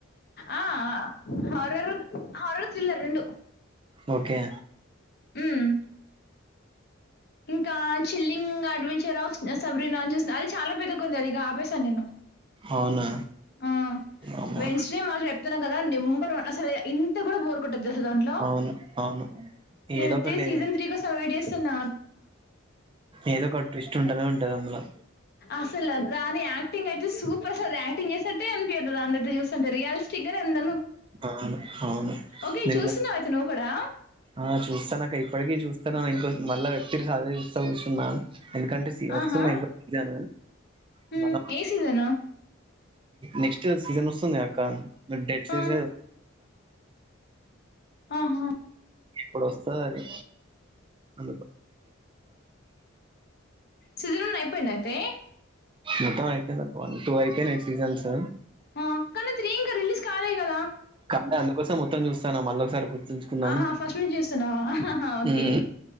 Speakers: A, on the left; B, on the right.
A: అ ఆ హారర్ హరత్రల రెండు
B: ఓకె
A: మ్మ్. ఇంకా చిల్లింగ్ అడ్వెంచరా సబ్రీనా అని చూసా అది చాల పెద్దగా ఉంది అది ఆపేశాను నేను
B: అవునా?
A: ఆ
B: అమ్మో!
A: వెన్స్డే మాకు చెప్తున్నాం కదా నెంబర్ వన్ అసలు ఇంత కూడ బోర్ కొట్టద్ తెల్స దాంట్లో
B: అవును. అవును.
A: నేనుతే
B: ఏదో ఒకటి
A: సీజన్ త్రీ సవ చేస్తున్నా
B: ఏదో ఒక ట్విస్ట్ ఉంటదె ఉంటది అందులో
A: అసలు దాని యాక్టింగ్ అయితే సూపర్ సార్ యాక్టింగ్ చేసినట్టే అనిపి దు అ చూంటే రియాలస్టిక్ గా ఎంట
B: అవును. అవును.
A: ఓకే
B: నేను
A: చూస్తున్నావ అయితే నువ్వు కూడా
B: ఆ చూస్తానక్క ఇప్పటికీ చూస్తాను ఇంకో మళ్ళా వక్తికి చూస్త చూచున్నాను ఎందుకంటే వస్తుంది
A: ఆహా
B: ఇంకో సీజన్
A: మ్మ్
B: మనం
A: ఏ సీజను
B: నెక్స్ట్ సీజన్ వస్తుంది అక్క డెడ్ సీజన్
A: ఆ ఆహ
B: ఇప్పుడొస్తది అది అందు
A: సీజన్ వన్ అయిపోయిందా అయితే
B: మొత్తం అయితే వన్ టూ అయిపోయిన యి సీజన్స్
A: ఆ కనీ త్రి ఇంకా రిలీస్ కాలేద్ కదా
B: గట్నే అందుకోసం మొత్తం చూస్తాం మళ్ళ ఒకసారి గుర్తుంచుకుందాం
A: ఆహా ఫస్ట్ నుంచి చూస్తున్నావాా ఓకే
B: ఉమ్,